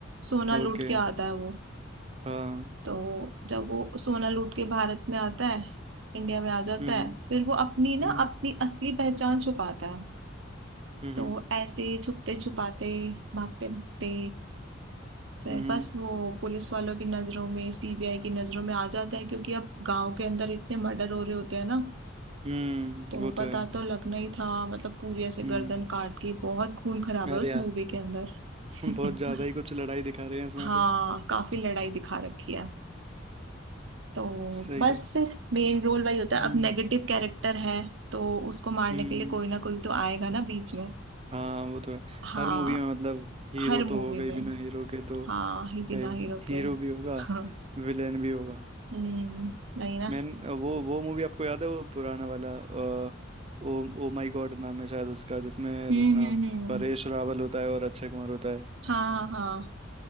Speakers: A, on the right; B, on the right.
A: सोना
B: ओके
A: लूट के आता है वो
B: हाँ
A: तो जब वो सोना लूट के भारत में आता है इंडिया में आ जाता
B: हम्म
A: है फिर वो अपनी ना
B: हम्म
A: अपनी असली पहचान छुपाता है
B: हम्म
A: तो
B: हम्म
A: ऐसे ही छुपते छुपाते भागते भागते फिर
B: हम्म
A: बस वो पुलिस वालों की नजरों में सीबीआई की नजरों में आ जाता है क्योंकि अब गांव के अंदर इतने मर्डर हो रहे होते हैं ना
B: हम्म,
A: तो
B: वो तो
A: पता
B: है
A: तो लगना ही था मतलब पूरी ऐसे
B: हम्म
A: गर्दन काट के बहुत खून खराब
B: अरे
A: है उस
B: यार
A: मूवी के अंदर
B: हम बहुत ज्यादा
A: <laughs>
B: ही कुछ लड़ाई दिखा रहे हैं इसमें
A: हाँ
B: तो
A: काफी लड़ाई दिखा रखी है तो
B: सही
A: बस
B: है
A: फिर मेन रोल वही होता है
B: हम्म
A: अब नेगेटिव कैरेक्टर है तो उसको मारने
B: हम्म
A: के लिए कोई ना कोई तो आएगा ना बीच में
B: हाँ वो तो है
A: हाँ
B: हर मूवी में मतलब हीरो
A: हर मूवी
B: तो होगा
A: में
B: ही बिना हीरो के तो
A: हाँ ही बिना
B: क्या ही
A: हीरो
B: होगा हीरो
A: के <laughs>
B: भी होगा विलेन भी होगा
A: हम्म वही ना
B: मैन वो वो मूवी आपको याद है वो पुराना वाला अ, ओ ओ माय गॉड नाम है शायद उसका जिसमें
A: हम्म
B: अ,
A: हम्म हम्म
B: परेश रावल होता है और अक्षय कुमार होता है
A: हाँ हाँ